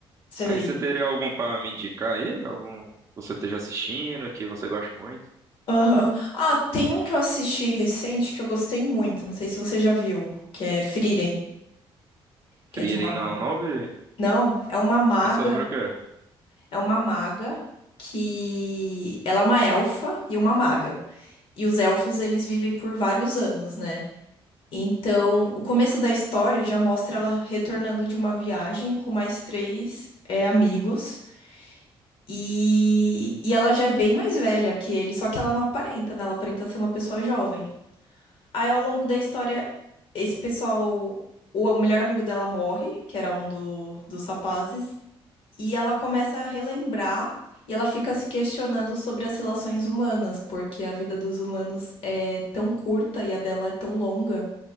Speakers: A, on the left; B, on the right.
A: sei.
B: Aí você teria algum pra me indicar aí? Algum que você esteja assistindo, que você goste muito?
A: Aham. Ah, tem um que eu assisti recente que eu gostei muito, não sei se você já viu, que é Frieren, que
B: Frieren
A: é de uma...
B: não, não vi.
A: Não, é uma maga,
B: É sobre o quê?
A: é uma maga que... Ela é uma elfa e uma maga. E os elfos, eles vivem por vários anos, né? Então, o começo da história já mostra ela retornando de uma viagem com mais três, é, amigos. E, e ela já é bem mais velha que ele, só que ela não aparenta, né? Ela aparenta ser uma pessoa jovem. Aí, ao longo da história, esse pessoal, o, o melhor amigo dela morre, que era um do- dos rapazes, e ela começa a relembrar e ela fica se questionando sobre as relações humanas, porque a vida dos humanos é tão curta e a dela é tão longa.